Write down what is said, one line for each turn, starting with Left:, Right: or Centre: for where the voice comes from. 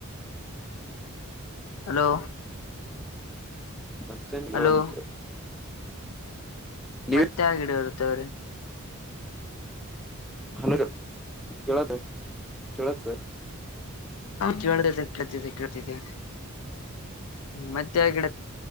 Left: ಹಲೋ
Centre: <unintelligible>
Left: ಹಲೋ
Centre: ನೀವೇ
Left: ಮತ್ತೆ ಯಾವ್ ಗಿಡ ಇರ್ತವ್ರೀ
Centre: <unintelligible> ಕೇಳ ಕೇಳತ್ತ
Left: ಕೇಳ್ತೈತೇ ಕಳ್ತಿದೆ ಮತ್ತೆ ಆ